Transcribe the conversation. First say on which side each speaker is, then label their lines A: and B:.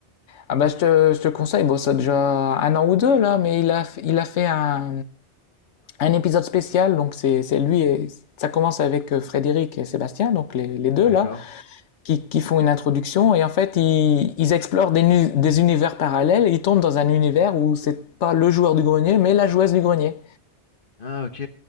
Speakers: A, on the left; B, on the left.
A: Ah bah je te, je te conseille, bon ça a déjà un an ou deux là, mais il a, il a fait un, un épisode spécial, donc c'est c'est lui et ça commence avec euh, Frédéric et Sébastien, donc les, les deux
B: D'accord.
A: là, qui, qui font une introduction et en fait ils, ils explorent des, nu- des univers parallèles, ils tombent dans un univers où c'est pas le joueur du grenier, mais la joueuse du grenier.
B: Ah ok,